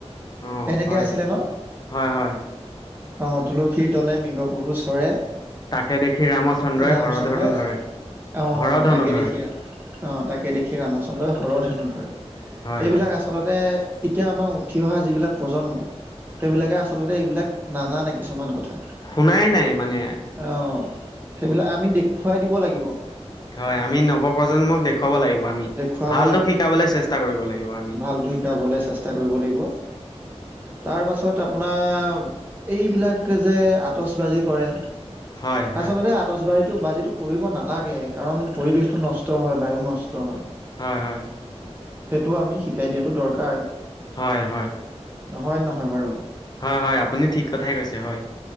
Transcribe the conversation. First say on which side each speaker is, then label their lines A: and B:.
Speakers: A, on the left; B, on the right.
A: অ
B: এনেকে
A: হয়
B: আছিলে ন
A: হয় হয়
B: অ তুলসীৰ তলে মৃগ পহু চৰে।
A: তাকে দেখি ৰামচন্দ্ৰই
B: ৰামচন্দ্ৰই
A: হৰধনু ধৰে
B: অ'
A: হৰধনু
B: তাকে
A: ধৰে
B: দেখি অ' তাকে দেখি ৰামচন্দ্ৰই হৰধেনু ধৰে।
A: হয়
B: এইবিলাক
A: হয়
B: আচলতে আচলতে এতিয়া আমাৰ উঠি অহা যিবিলাক প্ৰজন্ম, সেইবিলাকে আচলতে এইবিলাক নাজানে কিছুমান কথা।
A: শুনাই নাই মানে
B: অ' সেইবিলাক আমি দেখুৱাই দিব লাগিব।
A: হয় আমি নৱপ্ৰজন্মক দেখুৱাব লাগিব আমি
B: দেখুৱাব
A: ভালটো শিকাবলৈ চেষ্টা কৰিব লাগিব আমি।
B: ঢোলটো শিকাবলৈে চেষ্টা তা কৰিব লাগিব। তাৰপাছত আপোনাৰ এইবিলাক যে আটচবাজি কৰে,
A: হয় হয়
B: আচলতে আতচবাজিটো বাজিটো কৰিব নালাগে কাৰণ পৰিবেশতটো নষ্ট হয় বায়ু নষ্ট হয়।
A: হয় হয়।
B: সেইটো আমি শিকাই দিয়াটো দৰকাৰ।
A: হয় হয়।
B: হয় নহয় বাৰু?
A: হয় হয় আপুনি ঠিক কথাই কৈছে হয়